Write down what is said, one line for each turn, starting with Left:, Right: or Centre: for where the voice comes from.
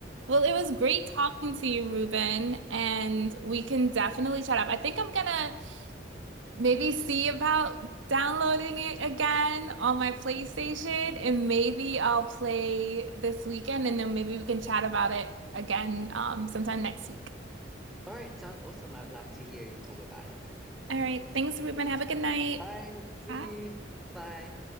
Right: Well, it was great talking to you, Ruben, and we can definitely chat up. I think I'm gonna maybe see about downloading it again on my PlayStation, and maybe I'll play this weekend, and then maybe we can chat about it again um, sometime next week.
Centre: All right, sounds awesome. I'd love to hear you talk about it.
Right: All right. Thanks, Ruben. Have a good night.
Centre: All right, see
Right: Bye.
Centre: you. Bye.